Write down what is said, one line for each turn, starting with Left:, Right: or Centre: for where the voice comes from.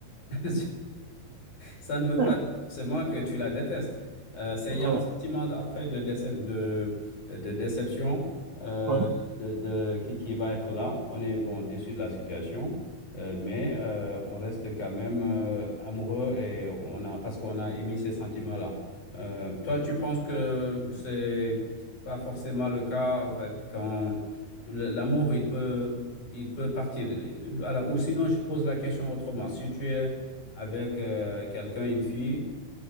Left: <laughs> Ça ne veut
Right: <laughs>
Left: pas dire forcément que tu la détestes. Euh, c'est,
Right: Ouais,
Left: il y a un sentiment après de, déce- de, de déception euh,
Right: ouais,
Left: de, de- qui, qui va être là. On est bon, déçu de la situation, euh, mais euh, on reste quand même euh, amoureux et on a, parce qu'on a émis ces sentiments-là. Euh, toi, tu penses que c'est pas forcément le cas, en fait, quand le- l'amour, il peut, il peut partir. Alors, ou sinon, je te pose la question autrement. Si tu es avec euh, quelqu'un, une fille,